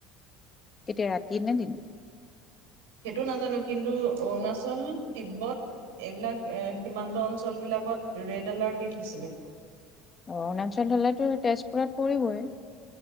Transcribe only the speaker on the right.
সেইটো নাজানো কিন্তু অৰুণাচল, তিব্বত <unintelligible> এইবিলাক সীমান্ত অঞ্চলবিলাকত ৰেড এলাৰ্ট দি থৈছিলে <unintelligible>